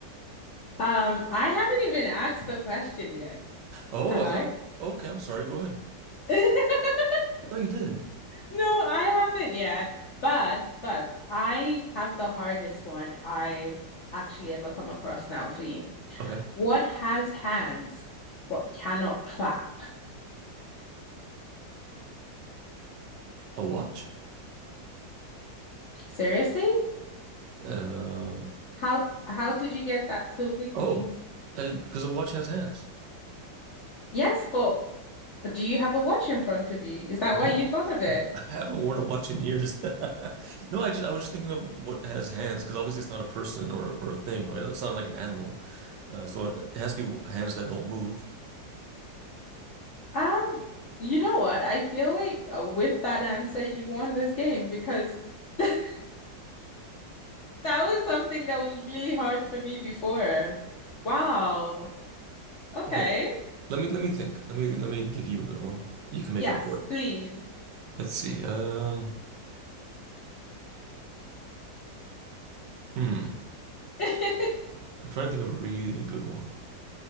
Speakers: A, on the left (about 65°); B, on the right (about 75°).
A: Um, I haven't even asked the question yet,
B: Oh,
A: have
B: I
A: I?
B: thought. Okay, I'm sorry. Go ahead.
A: <laughs>
B: I thought you did.
A: No, I haven't yet. But but I have the hardest one I've actually ever come across now for you.
B: Okay.
A: What has hands but cannot clap?
B: A watch?
A: Seriously?
B: Um.
A: How how did you get that so quickly?
B: Oh, uh, because a watch has hands.
A: Yes, but do you have a watch in front of you? Is that
B: No.
A: why you thought
B: <laughs>
A: of it?
B: I haven't worn a watch in years. <laughs> No, I just I was just thinking of what has hands because obviously it's not a person or or a thing, right? That sounds like an animal. Uh, so it, it has to be w- hands that don't move.
A: Um, you know what? I feel like uh, with that answer, you've won this game because <laughs> that was something that was really hard for me before. Wow. Okay.
B: Okay, let me let me think. Let me let me give you a good one. You can make
A: Yes,
B: up for it.
A: please.
B: Let's see. Um, hmm.
A: <laughs>
B: I'm trying to think of a really good one.